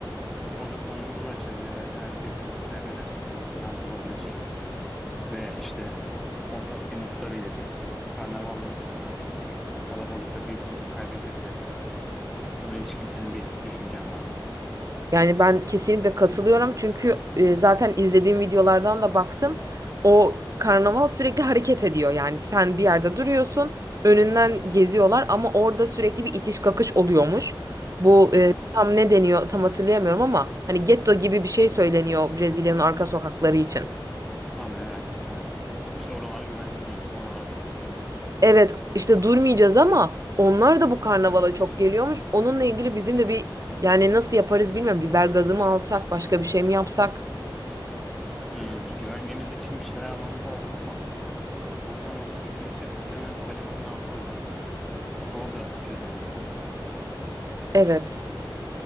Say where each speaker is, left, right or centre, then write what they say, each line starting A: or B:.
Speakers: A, in the centre; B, on the right (about 40°).
A: Orada konumumuzu açarız. Eğer eğer birbirimizi kaybedersek en azından bulabileceğimiz. ve işte ortak bir nokta belirleriz. Karnavalda muhtemelen çünkü o kalabalıkta birbirimizi kaybedebiliriz. Buna ilişkin senin bir düşüncen var mı?
B: Yani ben kesinlikle katılıyorum çünkü e, zaten izlediğim videolardan da baktım. O karnaval sürekli hareket ediyor. Yani sen bir yerde duruyorsun, önünden geziyorlar ama orada sürekli bir itiş kakış oluyormuş. Bu
A: Hı
B: e,
A: hı.
B: tam ne deniyor tam hatırlayamıyorum ama hani getto gibi bir şey söyleniyor Brezilya'nın arka sokakları için.
A: Tabii aynen aynen. İşte oralar güvenli değil. Oralarda çok durmayacağız.
B: Evet işte durmayacağız ama onlar da bu karnavala çok geliyormuş. Onunla ilgili bizim de bir yani nasıl yaparız bilmiyorum. Biber gazı mı alsak başka bir şey mi yapsak?
A: Hı, güvenliğimiz için bir şeyler almamız lazım ama buradan alıp götürürsek muhtemelen havalimanına almazlar. Onu orada çözmemiz lazım ya.
B: Evet.